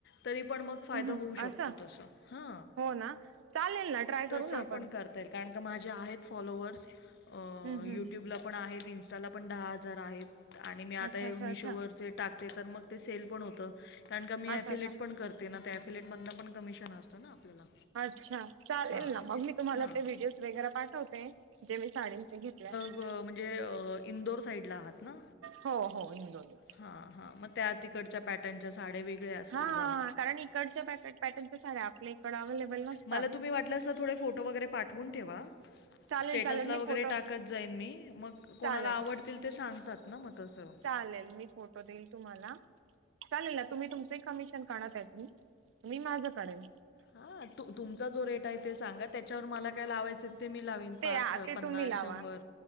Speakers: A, on the left; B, on the right.
A: तरी पण मग फायदा
B: हं, हं.
A: होऊ शकतो
B: असं
A: तसा हा
B: हो ना चालेल ना ट्राय करू
A: तसं
B: ना आपण
A: पण करता येईल कारण का माझे आहेत फॉलोवर्स अ
B: हम्म
A: युट्युब
B: हम्
A: ला पण आहेत इन्स्टाला पण दहा हजार आहेत आणि मी आता
B: अच्छा
A: हे
B: अच्छा
A: मिशोवरचे
B: अच्छा
A: टाकते तर मग ते सेल पण होतं कारण का मी अफिलेट
B: अच्छा अच्छा
A: पण करते ना त्या एफिलेट मधन पण कमिशन असतं ना आपल्याला
B: अच्छा चालेल
A: हां
B: ना मग मी तुम्हाला
A: हां
B: ते व्हिडिओज वगैरा पाठवते जे मी साडींचे घेतले आहे
A: हो म्हणजे इंदोर साईडला आहात ना
B: हो हो इंदोरला
A: हा हा म त्या तिकडचा पॅक त्यांच्या साड्या वेगळ्या असतील
B: हा
A: जरा.
B: कारण इकडच्या पॅ पॅटर्नच्या साड्या आपल्या इकडं अवेलेबल नसतात
A: मला तुम्ही वाटल्यास तर थोडे फोटो वगैरे पाठवून ठेवा
B: चालेल
A: स्टेटसला
B: चालेल मी
A: वगैरे
B: फोटो
A: टाकत जाईन मी मग कोणाला
B: चालेल
A: आवडतील ते सांगतात ना म तसं
B: चालेल मी फोटो देईल तुम्हाला चालेल ना तुम्ही तुमचंही कमिशन काढा त्यातून मी माझं काढेन
A: हा त तुमचा जो रेट आहे ते सांगा त्याच्यावर मला काय लावायचं ते मी लावीन.
B: ते
A: पाच,
B: ते
A: पन्नास,
B: तुम्ही लावा
A: शंभर